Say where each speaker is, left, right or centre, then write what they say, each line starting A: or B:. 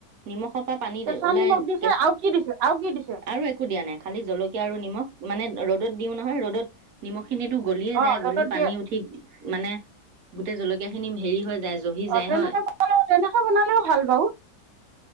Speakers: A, on the right; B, on the right.
A: নিমখত বা পানী
B: কেঁচা
A: ওলাই
B: নিমখ দিছে
A: কেচ
B: আৰু কি দিছে আৰু কি দিছে
A: আৰু একো দিয়া নাই খালি জলকীয়া আৰু নিমখ মানে ৰ'দত দিওঁ নহয় ৰ'দত নিমখ খিনিতো গলিয়ে
B: অ
A: যায়। গলি
B: ৰ'দত
A: পানী
B: দিয়ে
A: উঠি মানে গোটেই জলকীয়া খিনি হেৰি হৈ যায় জহি
B: অ
A: যায়
B: তেনেকে
A: হয়?
B: তেনেকে বনালেও ভাল বাৰু।